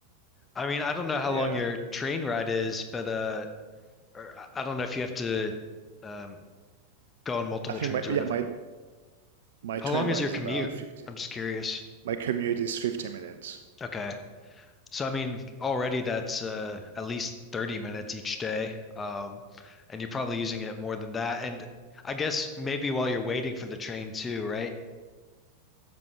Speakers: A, on the left (about 20°); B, on the right (about 60°).
A: I mean I don't know how
B: Yeah,
A: long your train ride is but uh or I I don't know if you have to um go on multiple
B: I think
A: trains
B: my
A: or
B: yeah
A: whatever
B: my my train
A: how long
B: ride
A: is your
B: is
A: commute
B: about 50.
A: I'm just curious
B: My commute is 50 minutes.
A: okay So I mean, already that's uh, at least 30 minutes each day. Um, and you're probably using it more than that. And I guess maybe while you're waiting for the train too, right?